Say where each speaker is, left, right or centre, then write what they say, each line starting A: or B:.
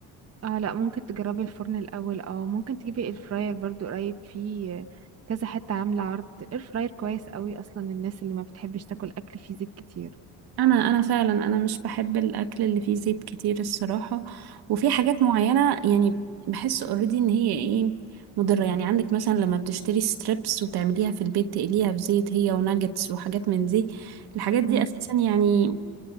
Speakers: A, on the right; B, on the right.
A: اه لا ممكن تجربي الفرن الاول اه ممكن تجيبي الفراير برضو قريب فيه كذا حتة عاملة عرض الاير فراير كويس قوي اصلا الناس اللي ما بتحبش تاكل اكل فيه زيت كتير
B: انا انا فعلا انا مش بحب الاكل اللي فيه زيت كتير الصراحه وفي حاجات معينه يعني بحس اوريدي ان هي ايه مضره يعني عندك مثلا لما بتشتري ستريبس وتعمليها في البيت تقليها في زيت هي وناجتس وحاجات من دي الحاجات دي
A: مم.
B: اساسا يعني